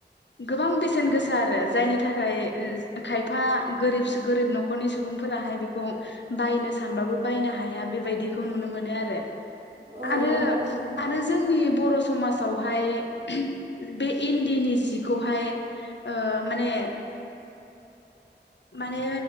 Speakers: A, on the left; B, on the right.
A: गोबां बेसेन गोसा आरो जायनि थाखाय ओ खायफा गोरिब-सु गोरिब न'खरनि सुबुंफोराहाय बेखौ बायनो सानबाबो बायनो हाया बेबायदिखौ नुनो मोनो आरो।
B: औ औ
A: आरो
B: नंगौ
A: आरो जोंनि बर' सुब समाजावहाय उहम बे इन्दिनि जिखौहाय ओ माने माने